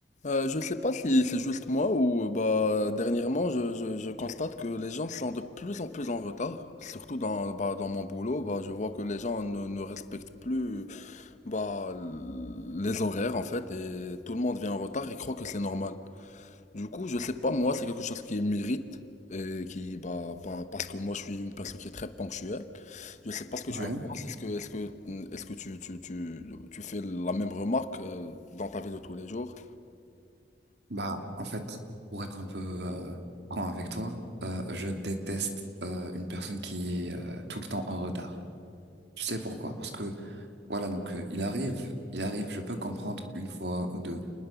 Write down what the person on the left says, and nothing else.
Euh, je ne sais pas si c'est juste moi ou euh, bah dernièrement je, je- je constate que les gens sont de plus en plus en retard. Surtout dans, bah, dans mon boulot, bah, je vois que les gens ne, ne respectent plus bah, l- les horaires en fait et tout le monde vient en retard et croit que c'est normal. Du coup, je sais pas, moi c'est quelque chose qui m'irrite et qui bah, par- parce que moi je suis une personne qui est très ponctuelle. Je sais pas ce que
tu en penses. Est-ce que est-ce que est-ce que tu, tu, tu, tu fais la même remarque euh, dans ta vie de tous les jours?